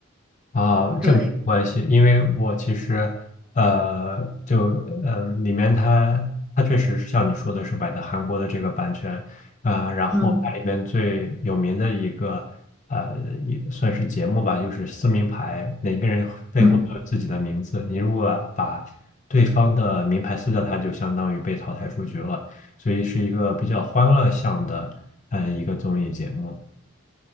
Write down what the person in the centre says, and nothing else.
对，
嗯
嗯。